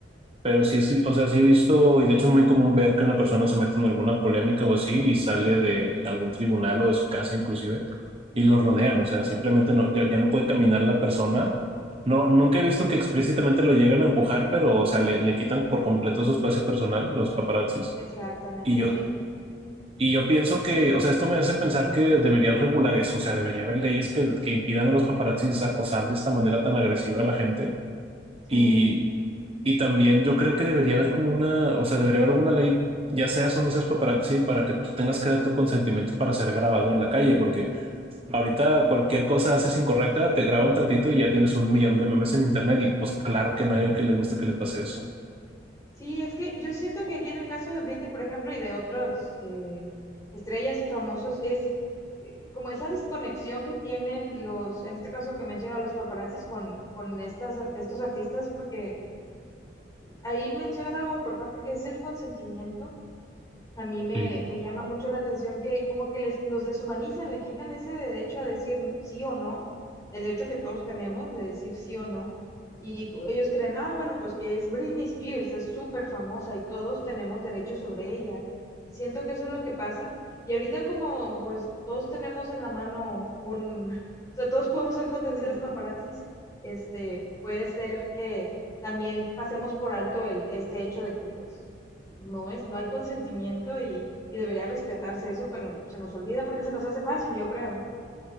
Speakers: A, on the right; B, on the left.
A: Pero sí, sí, o sea, sí he visto, y de hecho es muy común ver que una persona se mete en alguna polémica o así y sale de algún tribunal o de su casa inclusive y lo rodean, o sea, simplemente no, ya, ya no puede caminar la persona. No, nunca he visto que explícitamente lo lleguen a empujar, pero, o sea, le, le quitan por completo su espacio personal, los paparazzis.
B: Exactamente,
A: Y yo,
B: sí.
A: y yo pienso que, o sea, esto me hace pensar que deberían regular eso, o sea, debería haber leyes que, que impidan a los paparazzis acosar de esta manera tan agresiva a la gente.
B: Sí.
A: Y, y también yo creo que debería haber como una, o sea, debería haber alguna ley, ya seas o no seas paparazzi, para que tú tengas que dar tu consentimiento para ser grabado en la calle, porque ahorita cualquier cosa haces incorrecta, te graban tantito y ya tienes un millón de memes en internet y pues claro que a nadie que le gusta que le pase eso.
B: Sí, es que yo siento que aquí en el caso de Britney, por ejemplo, y de otros eh, estrellas y famosos, es eh, como esa desconexión que tienen los, en este caso que menciona los paparazzis con, con estas, ar- estos artistas, porque ahí mencionas algo importante que es el consentimiento a mí me,
A: Sí,
B: me llama mucho la atención que como que les, los deshumanizan, le quitan ese derecho a decir sí o no, el derecho que todos tenemos de decir sí o no. Y co- ellos creen, ah, bueno, pues que es Britney Spears, es súper famosa y todos tenemos derecho sobre ella. Siento que eso es lo que pasa. Y ahorita como pues todos tenemos en la mano un, <laughs> o sea, todos podemos ser potenciales paparazzis, este, puede ser que también pasemos por alto el, este hecho de que pues no es, no hay consentimiento y, y debería respetarse eso, pero se nos olvida porque se nos hace fácil, yo creo.